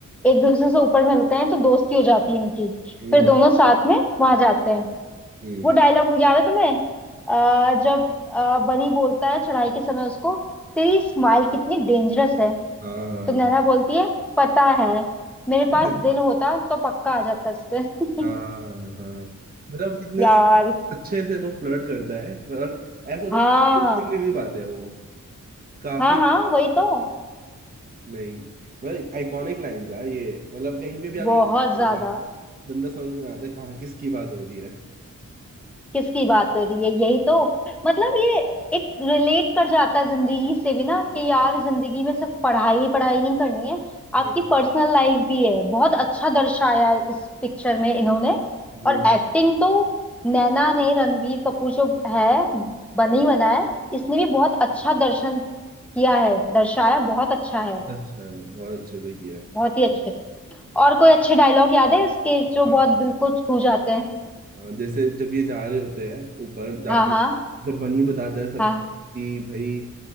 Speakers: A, in the centre; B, on the right (about 30°).
A: एक दूसरे से ऊपर मिलते हैं तो दोस्ती हो जाती है इनकी
B: हम्म
A: फिर दोनों साथ में वहां जाते हैं
B: हम्म,
A: वो डायलॉग याद है तुम्हें अ, जब अ, बनी बोलता है चढ़ाई के समय उसको तेरी स्माइल कितनी डेंजरस है
B: हाँ
A: तो नैना बोलती है पता है मेरे
B: <laughs>
A: पास दिल होता तो पक्का आ जाता इस पे <laughs>
B: हाँ हाँ मतलब कितने
A: यार
B: स- अच्छे से वो फ्लर्ट करता है और ऐसा होता
A: हाँ
B: है कि बोलने
A: हाँ
B: के लिए भी बात है वो काफी
A: हाँ हाँ वही तो
B: नहीं मतलब आइकॉनिक लाइन यार ये मतलब कहीं पे भी आप
A: बहुत
B: ये <laughs> लाइन
A: ज्यादा
B: बंदा समझ में आता है कहाँ किसकी बात हो रही है
A: किसकी बात हो रही है यही तो मतलब ये एक रिलेट कर जाता है जिंदगी से भी ना कि यार जिंदगी में सिर्फ पढ़ाई ही पढ़ाई नहीं करनी है आपकी
B: हाँ,
A: पर्सनल लाइफ भी है बहुत अच्छा दर्शाया है इस पिक्चर में इन्होंने
B: हम्म,
A: और एक्टिंग तो नैना ने रणवीर कपूर जो है बनी बना है इसने भी बहुत अच्छा दर्शन किया है दर्शाया बहुत अच्छा है
B: अच्छा है, बहुत अच्छे से किया है
A: बहुत ही अच्छे से और कोई अच्छे डायलॉग याद है उसके जो
B: हाँ
A: बहुत दिल को छू जाते हैं
B: हाँ, जैसे जब ये जा रहे होते हैं ऊपर जाके
A: हाँ हाँ
B: जब बनी बताता है सब
A: हाँ
B: कि भाई